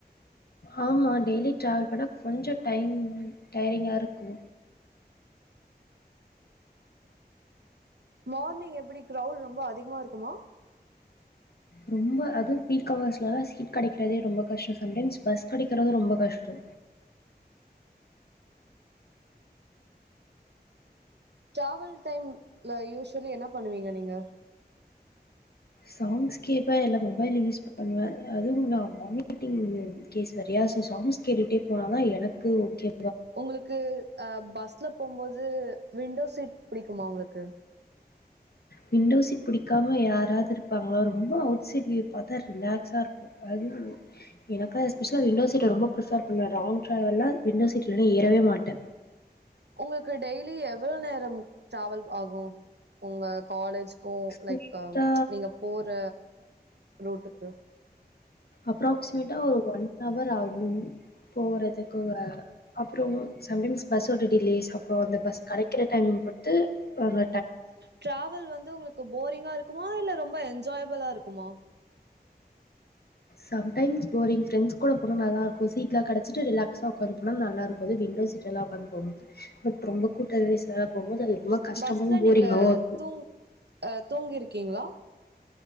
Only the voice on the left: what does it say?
ஆமா டெய்லி ட்ராவல் பண்ணா கொஞ்ச டைம் டைரிங்கா இருக்கு
ரொம்ப அது பீக்வர்ஸ்லல்லா சீட் கிடைக்றதே ரொம்ப கஷ்ட சம்டைம்ஸ் பஸ் கிடைக்கிறது ரொம்ப கஷ்டோ
சாங்ஸ் கேப்ப இல்ல மொபைல் யூஸ் பண்ணுவ அதுவு நா வாமிட்டிங் கேஸ் வேறயா சோ சாங்ஸ் கேட்டுட்டே போனாதா எனக்கு ஓகே
விண்டோ சீட் பிடிக்காம யாராவது இருப்பாங்கள ரொம்ப அவுட் சைட் வியூ பார்த்தா ரிலாக்ஸா இருக்கு அதுவு எனக்கு எஸ்பெஷலா விண்டோ சீட் ரொம்ப பிர்பர் பண்ணனுவே லாங் டிரைவல்லா விண்டோ சீட் இல்லனா ஏறவே மாட்டே
ஸ்ட்ரெயிட்டா
அப்ராக்சி பொய்ட்டா ஒரு ஒன் வர் ஆகு போறதுக்கு அப்புறம் சம்டைம்ஸ் பஸ் ஒரு டிலேஸ் அப்புறம் அந்த பஸ் கிடைக்கிற டைமிங் பொருத்து உம்
சம்டைம்ஸ் போரிங் ப்ரெண்ட்ஸ் கூட போனா நல்லா இருக்கு சீட்லா கிடைச்சிட்டு ரிலாக்ஸா உட்காந்து போனா நல்லா இருக்கு அது விண்டோஸ்சீட் எல்லா உக்காந்து போகு போது ரொம்ப கூட்ட நெரிசலா போகும்போது அது ரொம்ப கஷ்டமாவு
போரிங்காவு
இருக்கு